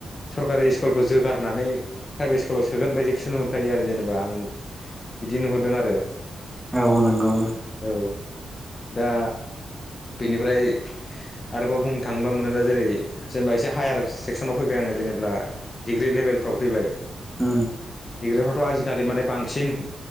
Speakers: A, on the left (about 30°); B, in the centre.
A: सरकारि स्कुलखौ जोगारनानै नै प्राइभेट स्कुलाव सोगोन बायदिखौसो नुुरखायो आरो जेनेबा आं। बिदि नुहुरदों आरो।
B: औ औ नंगौ
A: औ दा बेनिफ्राय आरोबाव बुंनो थाङोबा मोनो जेरै जेनेबा एसे हायार सेक्सनाव फैबाय आङो जेनेब्ला डिग्रि लेभेलफ फ्राव फैबाय।
B: ओ
A: डिग्रिफ्राथ' आजिखालि माने बांसिन